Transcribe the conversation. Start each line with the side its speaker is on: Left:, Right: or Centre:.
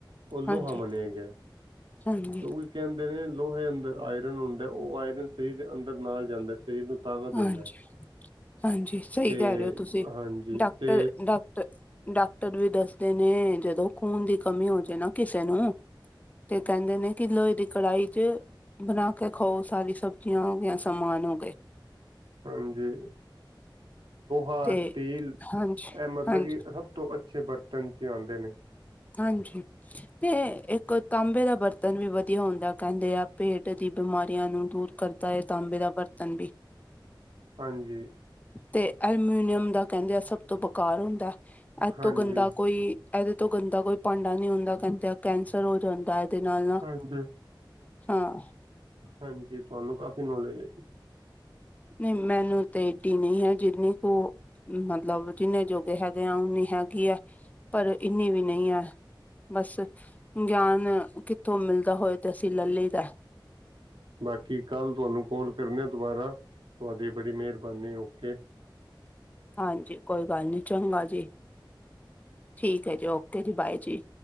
Right: ਓ ਲੋਹਾ
Left: ਹਾਂਜੀ
Right: ਮੰਨਿਆ ਗਿਆ ਐ। ਤੇ
Left: ਹਾਂਜੀ
Right: ਓਈ ਕਹਿੰਦੇ ਨੇ ਲੋਹੇ ਅੰਦਰ ਆਇਰਨ ਹੁੰਦਾ ਐ। ਓ ਆਇਰਨ ਸਰੀਰ ਦੇ ਅੰਦਰ ਨਾਲ ਜਾਂਦਾ ਐ। ਸਰੀਰ ਨੂੰ ਤਾਕਤ
Left: ਹਾਂਜੀ,
Right: ਦਿੰਦਾ ਹੈ
Left: ਹਾਂਜੀ ਸਹੀ
Right: ਤੇ
Left: ਕਹਿ ਰਹੇ ਹੋ ਤੁਸੀ।
Right: ਹਾਂਜੀ
Left: ਡਾਕਟਰ
Right: ਤੇ
Left: ਡਾ ਤੇ ਡਾਕਟਰ ਵੀ ਦੱਸਦੇ ਨੇ ਜਦੋਂ ਖੂਨ ਦੀ ਕਮੀ ਹੋ ਜੇ ਨਾ ਕਿਸੇ ਨੂੰ। ਤੇ ਕਹਿੰਦੇ ਨੇ ਕਿ ਲੋਹੇ ਦੀ ਕੜਾਈ ਚ ਬਣਾ ਕੇ ਖਾਓ ਸਾਰੀ ਸਬਜ਼ੀਆਂ ਹੋ ਗੀਆਂ ਸਮਾਨ ਹੋ ਗਏ।
Right: ਹਾਂਜੀ। ਆ
Left: ਤੇ
Right: ਸਟੀਲ
Left: ਹਾਂਜੀ
Right: ਐਹ ਮਤਲਬ
Left: ਹਾਂਜੀ
Right: ਕਿ ਸਭ ਤੋਂ ਅੱਛੇ ਬਰਤਨ ਚ ਆਂਦੇ ਨੇ।
Left: ਹਾਂਜੀ। ਤੇ ਏਕ ਤਾਂਬੇ ਦਾ ਬਰਤ ਤਨ ਵੀ ਵਧੀਆ ਹੁੰਦਾ ਐ। ਕਹਿੰਦੇ ਆ ਪੇਟ ਦੀ ਬਿਮਾਰੀਆਂ ਨੂੰ ਦੂਰ ਕਰਦਾ ਐ ਤਾਂਬੇ ਦਾ ਬਰਤਨ ਵੀ।
Right: ਹਾਂਜੀ।
Left: ਤੇ ਅਲਮੀਨੀਅਮ ਦਾ ਕਹਿੰਦੇ ਆ ਸਭ ਤੋਂ ਬੇਕਾਰ ਹੁੰਦਾ ਏਹਤੋਂ
Right: ਹਾਂਜੀ
Left: ਗੰਦਾ ਕੋਈ ਐਦੇ ਤੋਂ ਗੰਦਾ ਕੋਈ ਭਾਂਡਾ ਨੀ ਹੁੰਦਾ। ਕਹਿੰਦੇ ਕੈਂਸਰ ਹੋ ਜਾਂਦਾ ਐਦੇ ਨਾਲ ਨਾ।
Right: ਹਾਂਜੀ
Left: ਹਾਂ।
Right: ਹਾਂਜੀ। ਤੁਹਾਨੂੰ ਕਾਫ਼ੀ ਨੌਲੇਜ ਏ।
Left: ਨਈ ਮੈਨੂੰ ਤੇ ਏਡੀ ਨੀ ਹੈ ਜਿੰਨੀ ਕੁ ਮਤਲਬ ਜਿੰਨੇ ਜੋਗੇ ਹੈਗੇ ਆ ਓਨੀ ਹੈਗੀ ਐ। ਪਰ ਇੰਨੀ ਵੀ ਨਈ ਐ। ਬਸ ਗਿਆਨ ਕਿੱਥੋਂ ਮਿਲਦਾ ਹੋਏ ਤੇ ਅਸੀ ਲਲੀ ਦਾ।
Right: ਬਾਕੀ ਕੱਲ ਤੁਹਾਨੂੰ ਕੋਲ ਕਰਨੇ ਆਂ ਦੁਬਾਰਾ। ਤੁਹਾਡੀ ਬੜੀ ਮੈਹਰਬਾਨੀ ਓਕੇ।
Left: ਹਾਂਜੀ ਕੋਈ ਗੱਲ ਨੀ, ਚੰਗਾ ਜੀ। ਠੀਕ ਐ ਜੀ। ਓਕੇ ਜੀ ਬਾਏ ਜੀ।